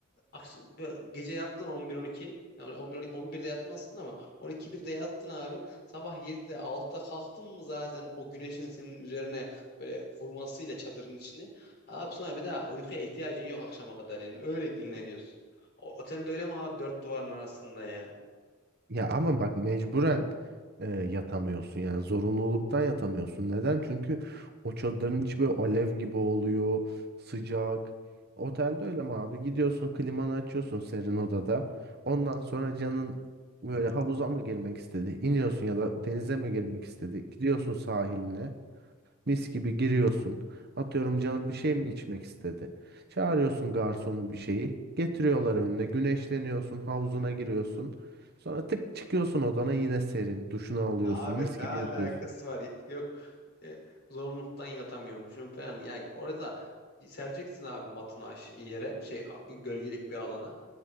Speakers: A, on the left; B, on the right.
A: Akşam, böyle gece yattın 11-12. Yani 11-12, 11'de yattın aslında ama 12 birde yattın abi. Sabah 7'de 6'da kalktın mı zaten o güneşin senin üzerine böyle vurmasıyla çadırın içine. Abi sonra bir daha uykuya ihtiyacın yok akşama kadar yani. Öyle dinleniyorsun. O, otelde öyle mi abi dört duvarın arasında ya?
B: Ya ama bak mecburen e, yatamıyorsun yani zorunluluktan yatamıyorsun. Neden? Çünkü o çadırın içi böyle alev gibi oluyor, sıcak. Otelde öyle mi abi? Gidiyorsun klimanı açıyorsun serin odada. Ondan sonra canın böyle havuza mı girmek istedi? İniyorsun ya da denize mi girmek istedi? Gidiyorsun sahiline. Mis gibi giriyorsun. Atıyorum canım bir şey mi içmek istedi? Çağırıyorsun garsonu bir şeyi. Getiriyorlar önüne. Güneşleniyorsun. Havuzuna giriyorsun. Sonra tık çıkıyorsun odana yine serin. Duşunu alıyorsun.
A: Abi
B: Mis
A: ne
B: gibi
A: alakası
B: yatıyorsun.
A: var? Yok e, zorunluluktan yatamıyormuşum falan. Ya orada sereceksin abi matını aş- yere şey abi, gölgelik bir alana.